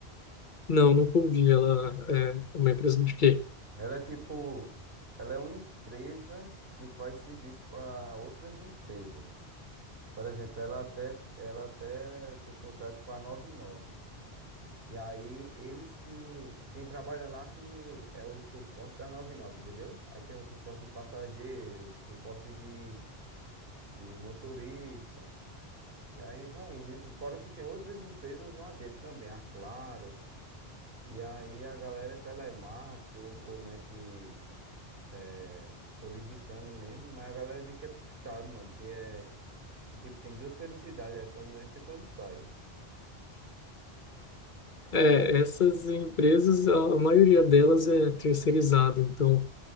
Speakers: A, on the left; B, on the right.
A: Não, nunca ouvi, ela é uma empresa de quê?
B: Ela é tipo, ela é uma empresa que faz serviço para outras empresas. Por exemplo, ela até, ela até tem contrato com a 99. E nove e aí eles que, quem trabalha lá que é o suporte da noventa e nove entendeu? Aí tem o suporte de passageiros, suporte de, de motorista. E aí vai indo. E Fora que tem outras empresas lá dentro também, a Claro. E aí a galera é telemarketing ou, ou mexe, é, ou digitando mesmo, mas a galera diz que é puxado, mano, que é. Que, tipo, tem duas felicidades, é quando entra e quando sai.
A: É, essas empresas, a, a maioria delas é terceirizada, então